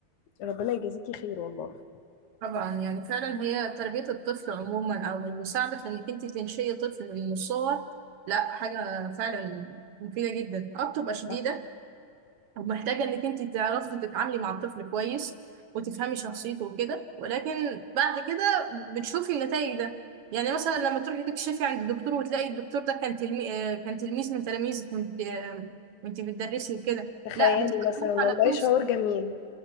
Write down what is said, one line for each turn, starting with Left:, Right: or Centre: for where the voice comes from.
Left: ربنا يجازيكي خير والله
Right: طبعا يعني فعلا هي تربية الطفل عموما أو المساعدة في إنك أنت تنشئي طفل من الصغر لا حاجة فعلا مفيدة جدا أه بتبقى شديدة
Left: صح
Right: ومحتاجة انك انت تعرفي تتعاملي مع الطفل كويس وتفهمي شخصيته وكده ولكن بعد كده بتشوفي النتائج ده يعني مثلا لما تروحي تكشفي عند الدكتور وتلاقي الدكتور ده كان تلمي... آه، كان تلميذ من تلاميذك وانت آه، وانت بتدرسي وكده
Left: تخيلي
Right: لا بتبقى
Left: مثلا
Right: فرحة
Left: والله
Right: لا توصف
Left: شعور جميل